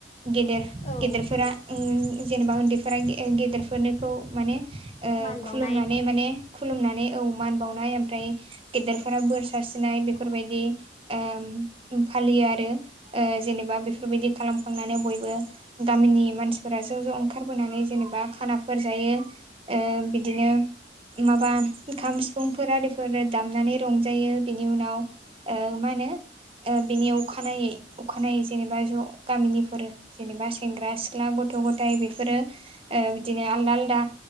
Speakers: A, on the right; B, on the left.
A: गेदेर
B: औ
A: गेदेरफोरा उम जेनेबा उन्दैफोरा गेदेरनिखौ माने ओ
B: मान बावनाय
A: खुलुमनानै माने खुलुमनानै औ मान बावनाय ओमफ्राय गेदेरफोरा बोर सारस्रिनाय बेफोरबायदि ओ फालियो आरो ओ जेनेबा बेफोरबायदि खालामखांनानै बयबो गामिनि मानसिफोरा ज' ज' ओंखारबोनानै जेनेबा खानाफोर जायो ओह बिदिनो माबा खाम सिफुंफोर आरिफोरो दामनानै रंजायो बिनि उनाव ओ मा होनो ओ बेनि अखानायै अखानायै जेनेबा ज' गामिनिफोरो जेनेबा सेंग्रा सिख्ला गथ' गथाय बेफोरो ओ बिदिनो आलदा आलदा